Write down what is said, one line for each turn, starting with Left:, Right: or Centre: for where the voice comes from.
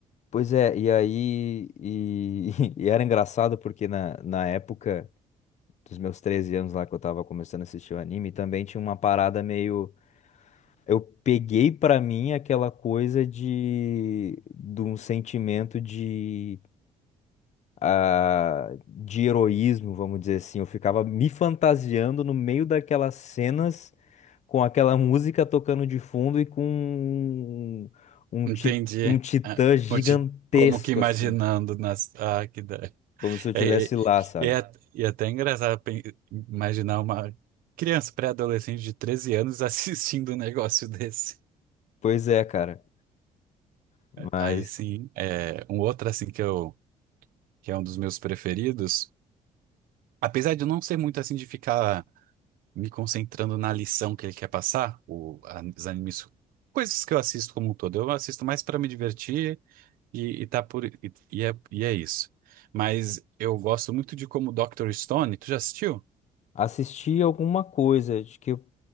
Left: pois é, e aí. E, <laughs> e era engraçado porque na, na época dos meus 13 anos lá que eu tava começando a assistir o anime, também tinha uma parada meio. Eu peguei pra mim aquela coisa de, de um sentimento de, ah, de heroísmo, vamos dizer assim. Eu ficava me fantasiando no meio daquelas cenas com aquela música tocando de fundo e com um, um,
Right: Entendi.
Left: ti- um titã
Right: Ah,
Left: gigantesco,
Right: conti- Como que imaginando
Left: assim,
Right: nas. Ah, que da...
Left: como se eu
Right: É,
Left: tivesse
Right: é,
Left: lá, sabe?
Right: é, at- e é até engraçado pen- imaginar uma criança pré-adolescente de 13 anos <laughs> assistindo um negócio desse.
Left: Pois é, cara, mas
Right: Aí sim, é, um outro assim que eu que é um dos meus preferidos, apesar de eu não ser muito assim de ficar me concentrando na lição que ele quer passar, o, a- os animes, coisas que eu assisto como um todo, eu assisto mais para me divertir e, e tá por e, e é, e é isso. Mas eu gosto muito de como Dr. Stone, tu já assistiu?
Left: assisti alguma coisa, acho que eu